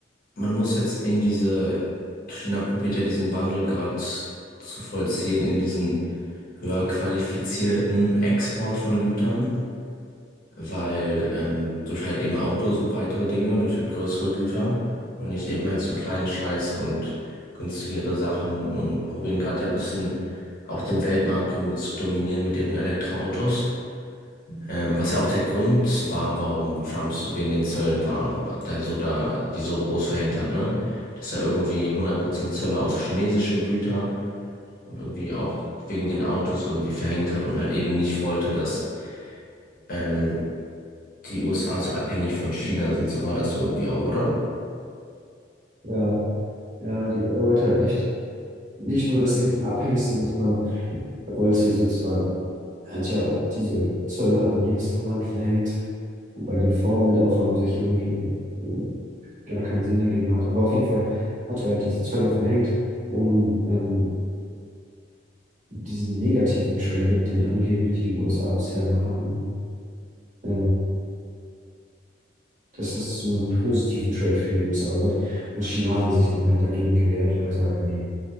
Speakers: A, on the left; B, on the right.
A: man muss jetzt in diese, China probiert ja diesen Wandel gerade zu vollziehen in diesen höher qualifizierten Export von Gütern, weil ähm, durch halt eben Autos und weitere Dinge, durch halt größere Güter und nicht eben halt so kleinen Scheiß und günstigere Sachen und probieren gerade ja ein bisschen auch den Weltmarkt irgendwie zu dominieren mit ihren Elektroautos. Ähm, was ja auch der Grund war, warum Trumps wegen den Zöllen war, da so da, die so groß verhängt hat, ne? Dass er irgendwie 100% Zölle auf chinesische Güter und irgendwie auch wegen den Autos irgendwie verhängt hat und halt eben nicht wollte, dass ähm, die USA so abhängig von China sind. So war das irgendwie auch, oder?
B: Ja, ja, die, er wollte halt nicht, nicht nur, dass sie nicht abhängig sind, sondern er wollte sozusagen, er hat ja diese Zölle an jedes Land verhängt, wobei die Formel davon sich irgendwie gar keinen Sinn ergeben hat. Aber auf jeden Fall hat er halt diese Zölle verhängt, um ähm, diesen negativen Trade, den angeblich die USA bisher immer hatten, äh, dass das zu einem positiven Trade für die USA wird. Und China hatte sich dann halt dagegen gewehrt und gesagt, nee,